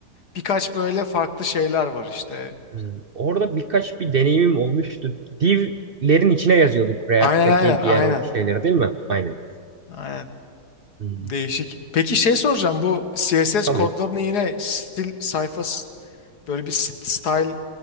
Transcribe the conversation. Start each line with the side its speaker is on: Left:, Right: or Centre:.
Left: birkaç böyle farklı şeyler var işte.
Right: Hmm, orada birkaç bir deneyimim olmuştu. Div'lerin içine yazıyorduk React'taki
Left: Aynen aynen
Right: diğer
Left: aynen.
Right: o şeyleri değil mi? Aynen.
Left: Aynen.
Right: Hmm.
Left: Değişik. Peki şey soracağım bu CSS
Right: Tabii.
Left: kodlarını yine stil sayfa s- böyle bir st- style